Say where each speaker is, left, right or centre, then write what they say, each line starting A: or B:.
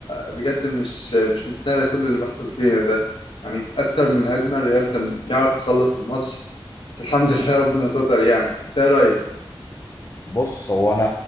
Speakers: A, on the left; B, on the left.
A: بجد مش مش مستاهله كل اللي بيحصل فينا ده يعني اكتر من هجمه الريال كان يعرف يخلص الماتش بس الحمد <laughs> لله ربنا ستر يعني انت ايه رايك
B: بص هو انا